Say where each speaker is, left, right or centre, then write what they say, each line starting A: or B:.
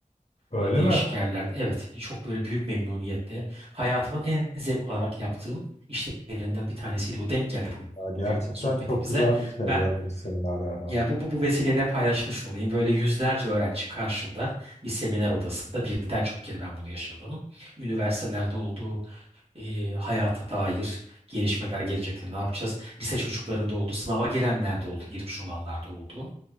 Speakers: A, on the left; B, on the right.
A: Öyle
B: e, değişik
A: mi?
B: yerlerde. Evet, e, çok böyle büyük memnuniyetle hayatımın en zevk alarak yaptığım işlerinden bir tanesiydi. Bu denk geldi bugünkü
A: Ya gerçekten
B: sohbetimize.
A: çok güzel bir şey
B: Ben
A: böyle bir seminer verme.
B: ya bu, bu bu vesileyle paylaşmış olayım. Böyle yüzlerce öğrenci karşımda bir seminer odasında birden çok kere ben bunu yaşadım. Üniversitelerde olduğu e, hayata dair gelişmeler gelecekte ne yapacağız? Lise çocuklarında oldu, sınava girenler de oldu, girmiş olanlar da oldu.